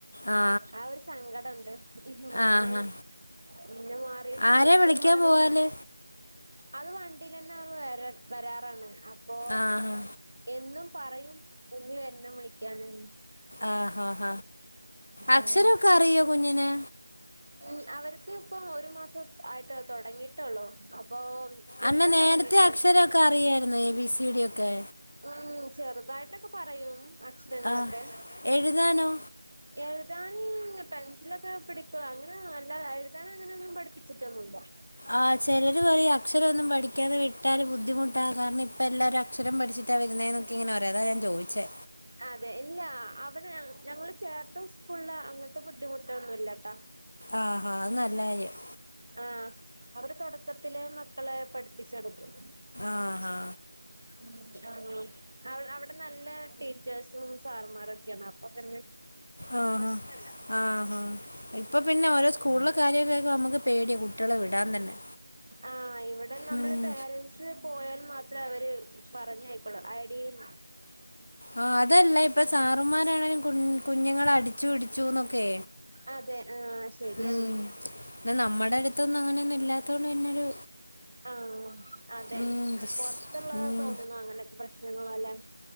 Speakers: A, on the left; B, on the right.
A: ആ
B: ആഹ് ഒരു സങ്കടണ്ട് പിന്നെ
A: ആഹാ
B: പിന്നെ മാറി
A: ആരെ
B: ഒട്ടും
A: വിളിക്കാൻ
B: മാറിന്ന്
A: പോവാല്
B: അത് വണ്ടിലെന്നെ അവള് വരാ വരാറാണ് അപ്പൊ
A: ആഹാ
B: എന്നും പറയും ഉമ്മി വര്ണം വിളിക്കാനിന്ന്
A: ആഹ്ഹഹ അക്ഷരൊക്കെ
B: അങ്ങനെ
A: അറിയോ കുഞ്ഞിന്
B: ഉം അവർക്ക് ഇപ്പൊ ഒരു മാസം ആയിട്ടെള്ളൂ തൊടങ്ങീട്ടൊള്ളു അപ്പൊ എടുക്കാൻ
A: അല്ല നേര്ത്തെ
B: തുടങ്ങിട്ട്
A: അക്ഷരൊക്കെ അറിയായിരുന്നോ എ ബി സി ഡ്യൊക്കെ
B: ഉം ചെറ്തായിട്ടൊക്കെ പറയും അക്ഷരങ്ങളൊക്കെ
A: ആ എഴുതാനോ
B: എഴ്താന് പെൻസിലൊക്കെ പിടിക്കും അങ്ങനെ അല്ലാതെ എഴ്താനങ്ങനൊന്നും പഠിപ്പിച്ചിട്ടൊന്നുല്ല
A: ആഹ് ചെലര് പറെം അക്ഷരൊന്നും പഠിക്കാതെ വിട്ടാല് ബുദ്ധിമുട്ടാ കാര്ണം ഇപ്പെല്ലാരും അ ക്ഷരം പഠിച്ചിട്ടാ വരുന്നേന്നൊക്കിങ്ങനെറയും അതാ ഞാൻ ചോയ്ച്ചേ
B: അതെ ഇല്ല അവിടെ ഞങ്ങള് ചേർത്ത സ്കൂള്ള് അങ്ങൻത്തെ ബുദ്ധിമുട്ടൊന്നുല്ലട്ട
A: ആഹ് ആഹ് അത് നല്ലാര്യം
B: ആഹ് അവര് തൊടക്കത്തിലെ മക്കളെ പഠിപ്പിച്ചൊടുക്കും
A: ആഹാ
B: ഉം ആഹ് അവ അവടെ നല്ല ടീച്ചേഴ്സും സാറമാരൊക്കെയാണ് അപ്പൊ തന്നെ
A: ആഹ് ആഹ് ആഹ് ആഹ് ഇപ്പൊ പിന്നെ ഓരോ സ്കൂളിലെ കാര്യൊക്കെ കേക്കു നമക്ക് പേട്യാ കുട്ട്യളെ വിടാൻ തന്നെ
B: ആഹ് ഇവിടെ നമ്മള്
A: ഉം
B: പേരൻ്റസ് പോയാൻ മാത്ര അവര് പറഞ്ഞായ് കുള്ളൂ ഐ ഡീം
A: ആഹ് അതല്ല ഇപ്പ സാറുമാരാണേങ്കിലും കു കുഞ്ഞുങ്ങളെ അടിച്ചു ഇടിച്ചുന്നൊക്കെ
B: അതെ ആഹ് ശരിയാണ്
A: ഉം പിന്നെ നമ്മുടെ അടുത്തൊന്നും അങ്ങനെയൊന്നും ഇല്ലാത്തൊണ്ട് പിന്നൊരു
B: ആഹ് അതെ
A: ഉം
B: പൊറത്തുള്ളതാ
A: ഉം
B: തോന്നുന്നു അങ്ങനൊക്കെ പ്രശ്നങ്ങള് അല്ലെ